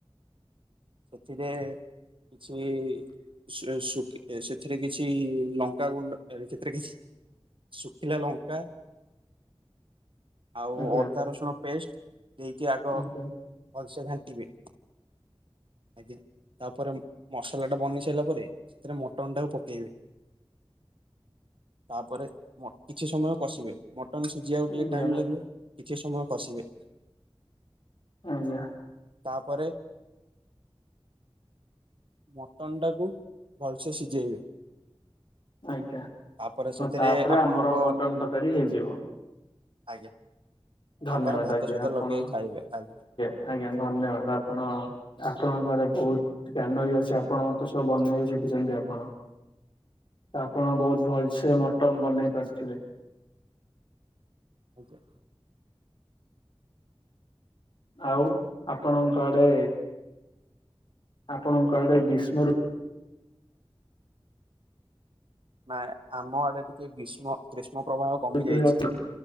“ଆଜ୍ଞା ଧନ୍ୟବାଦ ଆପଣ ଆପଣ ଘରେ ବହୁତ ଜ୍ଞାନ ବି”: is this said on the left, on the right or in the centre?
Left